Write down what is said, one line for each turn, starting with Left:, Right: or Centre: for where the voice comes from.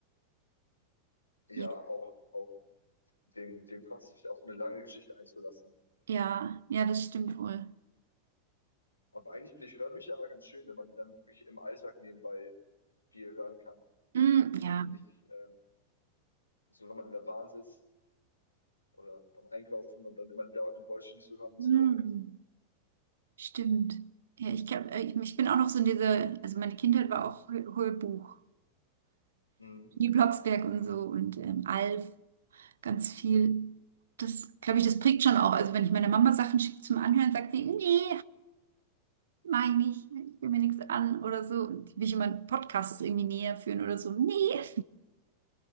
Left: ja,
Right: ja,
Left: auch, auch den, den Kopf sich auf eine lange Geschichte einzulassen.
Right: ja, ja, das stimmt wohl.
Left: Aber eigentlich finde ich Hörbücher aber ganz schön, wenn man die dann wirklich im Alltag nebenbei viel hören kann
Right: Mm,
Left: und
Right: ja,
Left: nicht ähm, so, wenn man in der Bahn sitzt Oder beim Einkaufen und dann immer die lauten Geräusche nicht so hören muss
Right: mm,
Left: auch.
Right: stimmt. Ja, ich, glaub, äh, ich, ich bin auch noch so in dieser, also meine Kindheit war auch Hö- Hörbuch.
Left: Mhm.
Right: Die Blocksberg und so und ähm, Alf. ganz viel. Das, glaube ich, das prägt schon auch. Also wenn ich meiner Mama Sachen schicke zum Anhören, sagt sie, nee, meine ich, ich will mir nichts an oder so. Und will ich immer Podcasts irgendwie näher führen oder so. Nee,